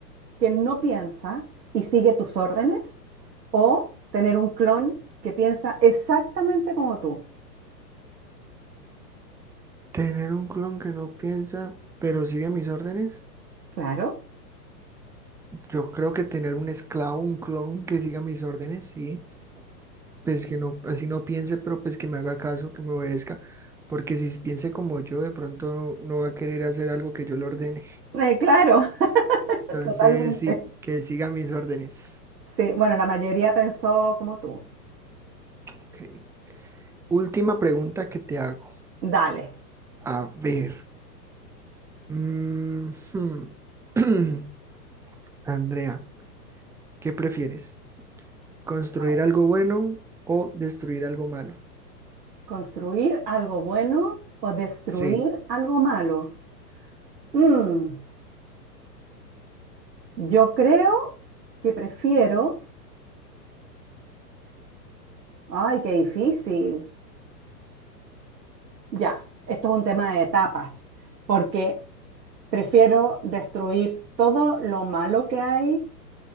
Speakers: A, on the right; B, in the centre.
A: que no piensa y sigue tus órdenes o tener un clon que piensa exactamente como tú.
B: tener un clon que no piensa, pero sigue mis órdenes.
A: Claro,
B: Yo creo que tener un esclavo, un clon que siga mis órdenes, sí. Pues que no, así no piense, pero pues que me haga caso, que me obedezca. Porque si piense como yo, de pronto no va a querer hacer algo que yo le ordene.
A: Eh, claro, <laughs>
B: <laughs> Entonces,
A: totalmente.
B: sí, que siga mis órdenes.
A: Sí, bueno, la mayoría pensó como tú.
B: Ok. Última pregunta que te hago.
A: Dale,
B: A ver. mm, hmm. <clears throat> Andrea, ¿qué prefieres? Construir
A: a ver,
B: algo bueno o destruir algo malo.
A: ¿construir algo bueno o destruir
B: Sí,
A: algo malo? Mm, yo creo que prefiero, ay, qué difícil. Ya, esto es un tema de etapas, porque prefiero destruir todo lo malo que hay.